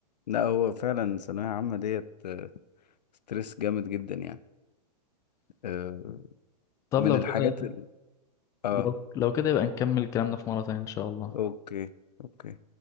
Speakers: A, on the left (about 80°); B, on the left (about 15°).
A: لا هو فعلا ثانوية عامة ديت آه، ستريس جامد جدا يعني آه،
B: طب
A: من
B: لو
A: الحاجات
B: كده
A: ال... اه
B: لو, لو كده يبقى نكمل كلامنا في مره تانية ان شاء الله
A: اوكي اوكي